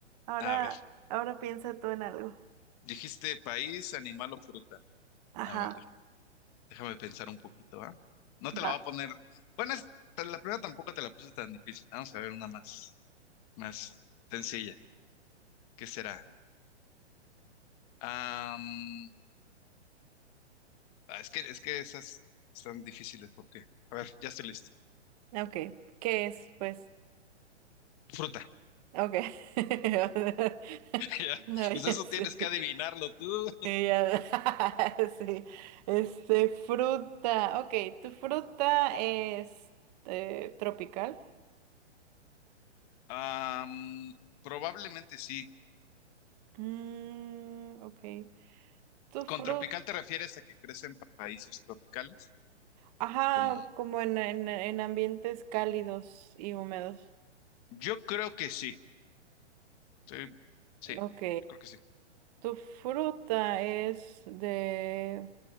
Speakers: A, on the right (about 35°); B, on the left (about 35°).
A: Ahora,
B: A ver.
A: ahora piensa tú en algo.
B: Dijiste país, animal o fruta.
A: Ajá,
B: A ver, déjame, déjame pensar un poquito, ¿ah? No
A: va.
B: te la voy a poner. Bueno, es- pues, la primera tampoco te la puse tan difícil. Vamos a ver una más, más sencilla. ¿Qué será? Am, ah, es que, es que esas están difíciles porque. A ver, ya estoy listo.
A: Ok, ¿qué es? Pues,
B: Fruta.
A: ok. <laughs>
B: <laughs> Ya.
A: No,
B: Pues
A: ya
B: eso
A: sé.
B: tienes que adivinarlo tú.
A: Sí, ya- <laughs> sí. Este, fruta. Ok, ¿tu fruta es eh, tropical?
B: Am, probablemente sí.
A: Mm, ok. ¿Tu fruta?
B: Con tropical te refieres a que crece en pa- países tropicales,
A: Ajá,
B: como
A: como en, en, en ambientes cálidos y húmedos.
B: yo creo que sí. Sí, sí,
A: Ok.
B: yo creo que sí.
A: ¿Tu fruta es de